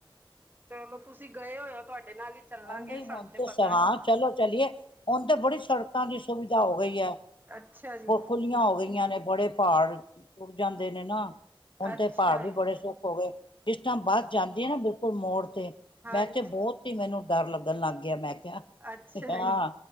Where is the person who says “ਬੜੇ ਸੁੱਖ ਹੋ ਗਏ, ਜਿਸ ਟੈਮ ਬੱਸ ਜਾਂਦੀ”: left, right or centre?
Left